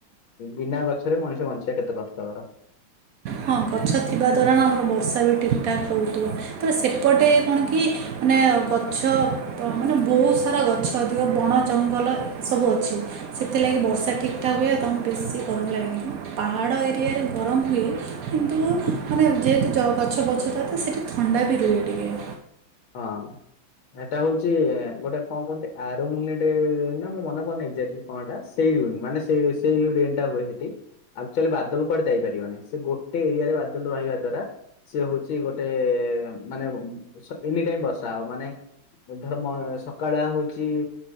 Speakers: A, on the left; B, on the right.
A: ବିନା ଗଛରେ ମଣିଷ ବଞ୍ଚ କେତେ କଷ୍ଟ କର।
B: ହଁ ଗଛ ଥିବା ଦ୍ୱାରା ଆମର ବର୍ଷା ବି ଠିକ୍ ଠାକ୍ ହଉଥିବ ତ ସେପଟେ କଣ କି ମାନେ ଗଛ ତ ମାନେ ବୋହୁତ୍ ସାରା ଗଛ ଅଧିକ ବଣ ଜଙ୍ଗଲ ସବୁ ଅଛି ସେଥିଲା ଲାକି ବର୍ଷା ଠିକ୍ ଠାକ୍ ହୁଏ ଆଉ ତମ ବେଶୀ ଗରମ ଲାଗେନି ପାହାଡ଼ ଏରିଆରେ ଗରମ ହୁଏ କିନ୍ତୁ ମାନେ ଯେହେତୁ ଗଛ ବଛ ଥାଏ ତ ସେଇଠି ଥଣ୍ଡା ବି ରୁହେ ଟିକେ।
A: ହଁ। ଏଟା ହଉଛି ଗୋଟେ କଣ କୁହନ୍ତି ଆରୋମଲେଟ୍ ନା ମୁଁ ମନେ ପଡୁନି ଏକ୍ସାଟଲି କଣହେଟା ସେଇ ମାନେ ସେ ସେଇ ଜଉ ରେନ୍ ଟା ହୁଏ ସେଠି। ଆକ୍ଚୁଆଲି ବାଦଲ କୁଆଡେ ଯାଇପାରିବନି ସେ ଗୋଟେ ଏରିଆରେ ବାଦଲ ରହିବା ଦ୍ଵାରା ସେ ହଉଛି ଗୋଟେ ମାନେ ସ ଏନି ଟାଇମ ବର୍ଷା ହବ ମାନେ ଧର ସକାଳୁଆ ହଉଛି